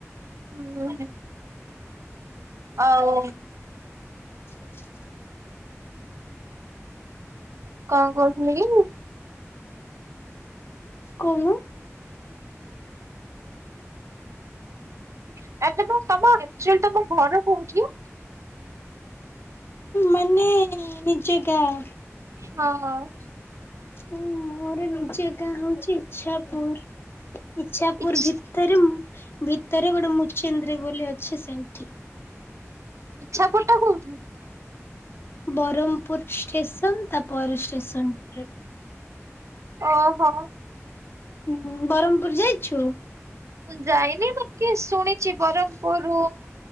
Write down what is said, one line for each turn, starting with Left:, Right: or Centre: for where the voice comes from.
Right: ହୁଁ ଆଉ।
Left: <inaudible>
Right: କଣ କରୁଥିଲେ କି?
Left: କଣ?
Right: <unintelligible> ମୁଁ ତମ ଆକ୍ଚୁଆଲ୍ ତମ ଘର କୋଉଠି?
Left: ମାନେ ନିଜ ଗାଁ।
Right: ହଁ।
Left: ହୁଁ ମୋର ନିଜ ଗାଁ ହୋଉଛି ଇଚ୍ଛାପୁର। ଇଚ୍ଛାପୁର
Right: ଇଛ
Left: ଭିତରେ ଉଁ ଭିତରେ ଗୋଟେ ମୁଚେନ୍ଦ୍ରି ବୋଲି ଅଛି ସେଇଠି।
Right: ଇଚ୍ଛାପୁର ଟା କୋଉଠି?
Left: ବରମ୍ ପୁର ଷ୍ଟେସନ୍ ତାପର ଷ୍ଟେସନ୍ ରେ।
Right: ଅହ।
Left: ହୁଁ ବରମ୍ ପୁର୍ ଯାଇଛୁ?
Right: ମୁଁ ଯାଇନି ବାକି ଶୁଣିଛି ବରମ୍ ପୁରୁ